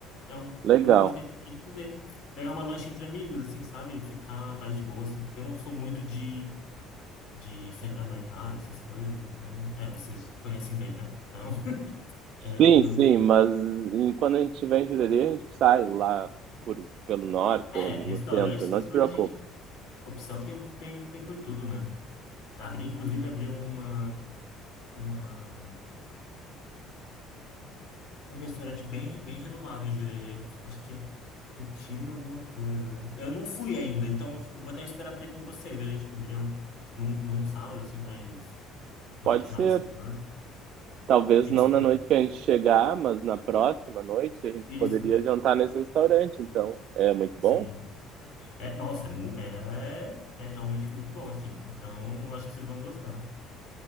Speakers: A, on the left (about 60°); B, on the right (about 55°).
A: É um-
B: Legal.
A: uma coisa que a gente pode fazer. Pegar uma lancha entre amigos, assim, sabe? Ficar mais de boa, assim, porque eu não sou muito de, de sair pra noitada, essas coisas, então. É, vocês conhecem bem, né? Então, <laughs> é aqui
B: Sim,
A: não.
B: sim, mas em- quando a gente estiver em Jurerê, a gente sai lá por, pelo norte
A: É,
B: ou no
A: restaurantes,
B: centro,
A: das
B: não te
A: coisas,
B: preocupa.
A: a gente. Opção tem, tem, tem por tudo, né? Abri, inclusive, abriu uma. Uma um restaurante bem, bem renomado em Jurerê. que- Acho que é Cutino alguma coisa. Eu não fui ainda, então eu vou até esperar para ir com vocês. A gente poderia num, num sábado, assim, mais, mais
B: Pode
A: final
B: ser,
A: de semana. O
B: talvez
A: que
B: não
A: que vocês
B: na
A: acham?
B: noite que a gente chegar, mas na próxima noite a gente
A: Isso,
B: poderia jantar nesse restaurante, então é muito
A: sim.
B: bom.
A: É, nossa, é, mu- é, é realmente muito bom, assim. Então, eu acho que vocês vão gostar.